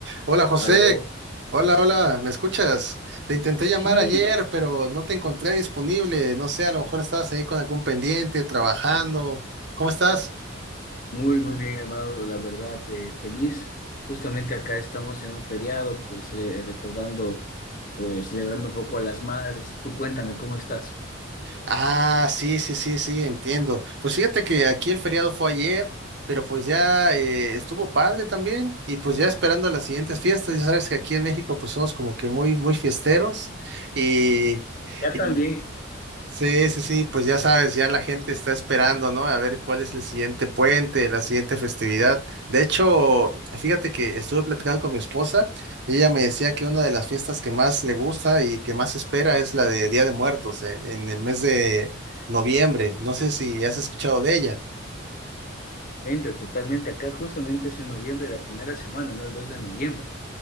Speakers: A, on the right; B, on the left.
A: Hola José,
B: Aló,
A: hola, hola, ¿me escuchas? Te intenté llamar
B: sí,
A: ayer, pero no te encontré disponible. No sé, a lo mejor estabas ahí con algún pendiente, trabajando. ¿Cómo estás?
B: muy, muy bien, hermano, la verdad, eh, feliz. Justamente acá estamos en un feriado, pues cele- eh, recordando, pues celebrando un poco a las madres. Y tú cuéntame, ¿cómo estás?
A: Ah, sí, sí, sí, sí, entiendo. Pues fíjate que aquí el feriado fue ayer, pero pues ya eh, estuvo padre también y pues ya esperando las siguientes fiestas. Ya sabes que aquí en México pues somos como que muy, muy fiesteros y...
B: Acá
A: y-
B: también,
A: Sí, sí, sí, pues ya sabes, ya la gente está esperando, ¿no? A ver cuál es el siguiente puente, la siguiente festividad. De hecho, fíjate que estuve platicando con mi esposa y ella me decía que una de las fiestas que más le gusta y que más espera es la de Día de Muertos en, en el mes de noviembre. No sé si has escuchado de ella.
B: vente, totalmente. Acá justamente es en noviembre, la primera semana, ¿no? El 2 de noviembre.